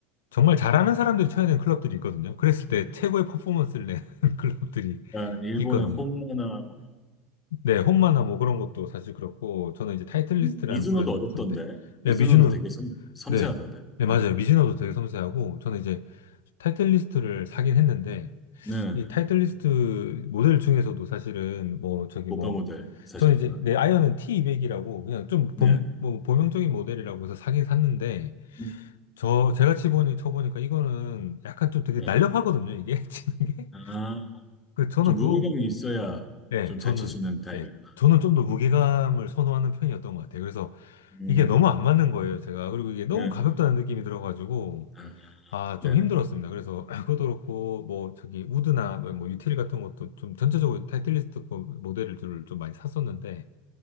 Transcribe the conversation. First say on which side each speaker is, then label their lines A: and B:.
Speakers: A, on the left (about 85°); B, on the left (about 20°).
A: 정말 잘하는 사람들이 쳐야 되는 클럽들이 있거든요. 그랬을 때 최고의 퍼포먼스를 내는 <laughs> 클럽들이
B: 약간 일본의
A: 있거든요.
B: 홈모나 뭐,
A: 네, 홈마나 뭐 그런 것도 사실 그렇고, 저는 이제 타이틀리스트라는
B: 미- 미즈노도
A: 브랜드를
B: 어렵던데.
A: 썼는데, 네,
B: 미즈노도
A: 미즈노,
B: 되게 섬, 섬세하던데.
A: 네, 네, 맞아요.
B: 네,
A: 미즈노도 되게 섬세하고, 저는 이제 타이틀리스트를 사긴 했는데,
B: 네,
A: 이
B: 네.
A: 타이틀리스트 모델 중에서도 사실은 뭐, 저기
B: 고가
A: 뭐,
B: 모델 사셨구나.
A: 저는 이제 내 아이언은 T200이라고, 그냥 좀 본,
B: 네,
A: 뭐, 범용적인 모델이라고 해서 사긴 샀는데,
B: 음,
A: 저, 제가 치보니, 쳐보니까 이거는 약간 좀 되게
B: 네.
A: 날렵하거든요, 이게, <laughs> 치는 게.
B: 아,
A: 그, 저는
B: 좀
A: 그거
B: 무게감이 있어야
A: 네,
B: 좀
A: 저는,
B: 잘 치시는 타입이구나.
A: 네, 저는 좀 더 무게감을 선호하는 편이었던 것 같아요. 그래서
B: 음,
A: 이게 너무 안 맞는 거예요, 제가. 그리고 이게
B: 네.
A: 너무 가볍다는 느낌이 들어가지고,
B: 아,
A: 아, 좀
B: 네네.
A: 힘들었습니다. 그래서 <clears throat> 그것도 그렇고, 뭐, 저기, 우드나 뭐, 뭐 유틸 같은 것도 좀 전체적으로 타이틀리스트 거 모델들을 좀 많이 샀었는데,